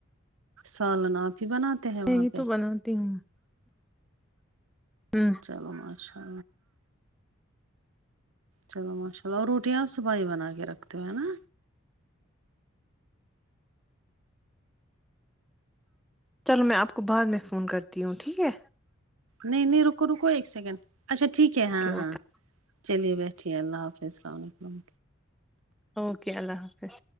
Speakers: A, on the right; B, in the centre.
A: سالن آپ ہی بناتے ہیں وہاں
B: میں ہی
A: پہ
B: تو بناتی ہوں ہوں
A: چلو اچھا چلو ماشاء اللہ اور روٹیاں صبح ہی بنا کے رکھتے ہو ہے نا
B: چلو میں آپ کو بعد میں فون کرتی ہوں ٹھیک ہے
A: نہیں نہیں رکو رکو ایک سیکنڈ اچھا ٹھیک ہے ہاں
B: اوکے اوکے
A: ہاں چلیے بیٹھیے اللہ حافظسلام علیکم
B: اوکے اللہ حافظ